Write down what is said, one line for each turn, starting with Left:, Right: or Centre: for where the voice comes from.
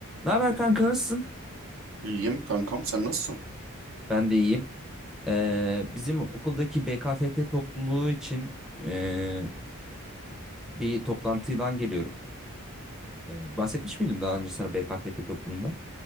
Centre: Ne haber kanka nasılsın?
Right: İyiyim kankam sen nasılsın?
Centre: Ben de iyiyim. Ee, bizim okuldaki BKFT topluluğu için ee, bir toplantıdan geliyorum. Ee, bahsetmiş miydim daha önce sana BKFT topluluğunda?